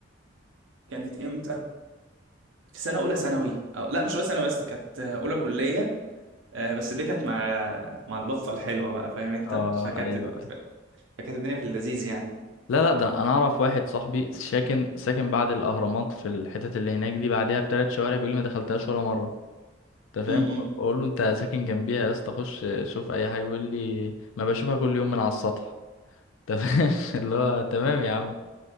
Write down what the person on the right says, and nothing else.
كانت إمتى؟ في سنة أولى ثانوي أو لا مش أولى ثانوي يا اسطى كانت آه، أولى كلية آه، بس دي كانت مع مع البفة الحلوة بقى فاهم أنت؟
فكانت
فكانت الدنيا في اللذيذ يعني
م-م.